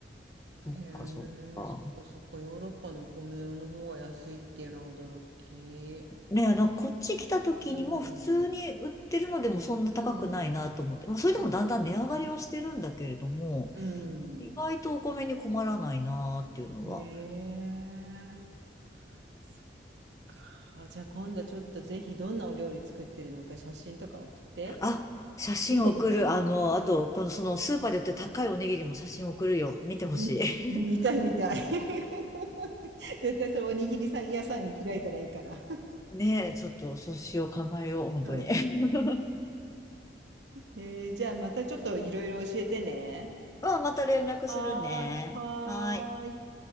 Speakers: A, on the left; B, on the right.
A: そっか、
B: へえ、
A: そっか。
B: そっかそっか、ヨーロッパのお米の方が安いっていうのは驚き。
A: ねえ、なんかこっち来た時にも普通に売ってるのでもそんな高くないなと思って、
B: うん。うん。
A: まあ、それでもだんだん値上がりはしてるんだけれども、
B: うんう
A: 意外とお米に困らないなっていうのは。
B: ん。へえ。そっか。じゃあ今度ちょっとぜひどんなお料理作ってるのか写真とか送って。
A: あ、写真送る。
B: 見てみたいな
A: あの、あと、このそのスーパーで売ってる高いおにぎりも写真送るよ。見てほしい。
B: うん、見たい見たい。<laughs> 絶対それおにぎりさん屋さん開いたらいいから。
A: <laughs> ねえ、ちょっとそうしよう、考えよう、本当に。
B: うん。
A: <laughs>
B: へえ、じゃあまたちょっといろいろ教えてね。
A: まあ、また連絡するね。
B: はーい、はーい。
A: はーい。